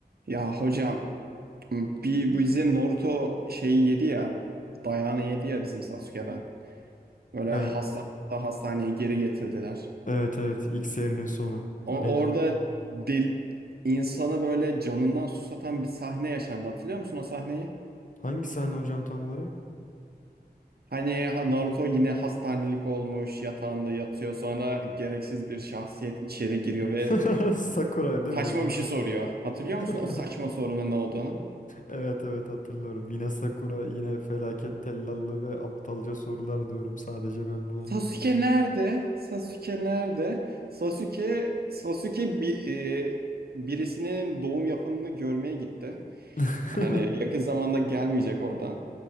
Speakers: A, on the right (about 65°); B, on the left (about 50°).
A: Ya hocam bir bizim Naruto şeyi yedi ya dayağını yedi ya bizim Sasuke'den. Böyle
B: Evet,
A: hasta hastaneye geri getirdiler.
B: evet, evet. X serinin sonu.
A: O,
B: Aynen.
A: orada del, insanı böyle canından susatan bir sahne yaşandı. Hatırlıyor musun o sahneyi?
B: Hangi sahne hocam tam olarak?
A: Hani ha- Naruto yine hastanelik olmuş yatağında yatıyor sonra gereksiz bir şahsiyet içeri giriyor ve
B: <laughs> Sakuray değil
A: saçma
B: mi bu?
A: bir şey soruyor. Hatırlıyor
B: <laughs>
A: musun o saçma sorunun ne olduğunu?
B: Evet evet hatırlıyorum. Yine Sakura, yine felaket tellallı ve aptalca sorular diyorum sadece ben buna.
A: Sasuke nerede? Sasuke nerede? Sasuke Sasuke bir e, birisinin doğum yapanını görmeye gitti.
B: <laughs>
A: Yani yakın zamanda gelmeyecek oradan.